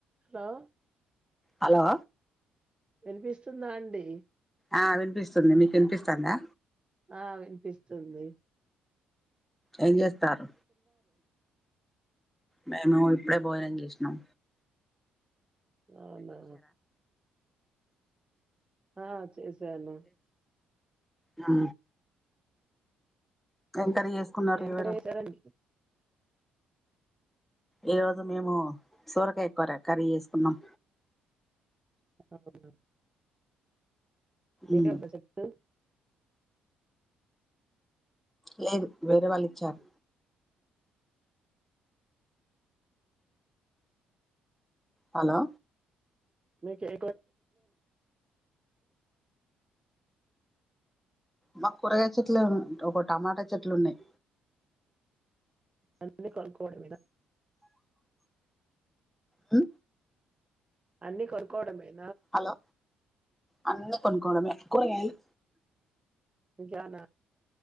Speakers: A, on the right; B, in the centre.
A: Hello
B: hello
A: వినిపిస్తుందా అండి
B: ఆ వినిపిస్తుంది మీకు వినిపిస్తాందా
A: ఆ వినిపిస్తుంది
B: ఏం చేస్తారు మేము ఇప్పుడే భోజనం చేసినం
A: అవునా ఆ చేసాను
B: ఆ కర్రీ చేసుకున్నారు
A: ఏం
B: ఎవరు
A: కూర చేశారండి
B: ఈ రోజు మేము సొరకాయ కూర కర్రీ చేసుకున్నాం
A: <inaudible> <inaudible>
B: ఉమ్
A: చెప్పు
B: లేదు వేరే వాళ్ళు ఇచ్చారు హలో
A: మీకు <inaudible>
B: మాకు కూరగాయ చెట్లు ఒక టమాటా చెట్లు ఉన్నాయి
A: అన్ని కొనుక్కోవడమేనా
B: హు
A: అన్నీ కొనుక్కోవడమేనా
B: హలో అన్ని కొనుక్కోవడంమే కూరగాయలు
A: ఇంకేమన్నా